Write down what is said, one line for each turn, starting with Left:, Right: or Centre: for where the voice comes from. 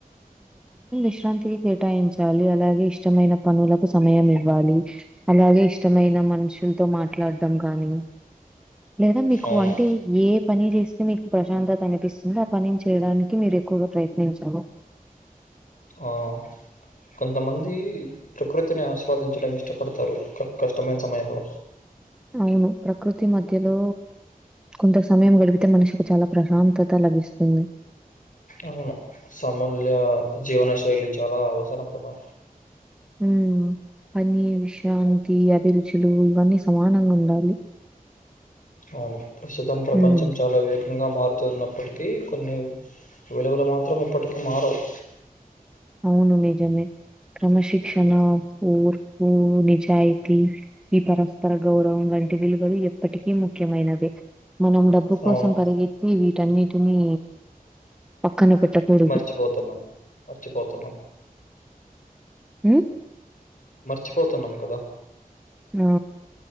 Centre: విశ్రాంతి కేటాయించాలి అలాగే ఇష్టమైన పనులకు సమయం ఇవ్వాలి అలాగే ఇష్టమైన న్న మనుషులతో మాట్లాడడం కానీ లేదా మీకు
Left: అవును.
Centre: అంటే ఏ పని చేస్తే మీకు ప్రశాంతత అని నిపిస్తుందో ఆ పనిని చేయడానికి మీరు ఎక్కువగా ప్రయత్నించాలి
Left: ఆ కొంతమంది ప్రకృతిని ఆస్వాదించడం ఇష్టపడతారు కష్టమైన సమయంలో
Centre: అవును ప్రకృతి మ మద్యలో కొంత సమయం గడిపితే మనిషికి చాలా ప్రశాంతత లభిస్తుంది
Left: అవును సమూల్య జీవన శైలి చాలా అవసరం కదా
Centre: ఉ పని విశ్రాంతి అభిరుచులు ఇవన్నీ సమానంగా ఉండాలి
Left: అవును ప్రస్తుతం ప్రపంచం
Centre: హ్మ్.
Left: చాలా వేగ ముఖ్యంగా మారుతున్నప్పటికీ కొన్ని విలువలు మాత్రం ఇప్పటికీ మారవు
Centre: అవును నిజమే క్రమశిక్షణ ఉఊర్పు నిజాయితీ ఈ పరస్పర గౌరవం వ టి విలువలు ఎప్పటికీ ముఖ్యమైనవి మనం డబ్బు కోసం
Left: అవును.
Centre: పరిగెత్తి వీటన్నిటిని పక్కన పెట్టకూడదు.
Left: మర్చిపోతున్నాం మర్చిపోతున్నాం
Centre: ఉ
Left: మర్చిపోతున్నాం కదా
Centre: ఆ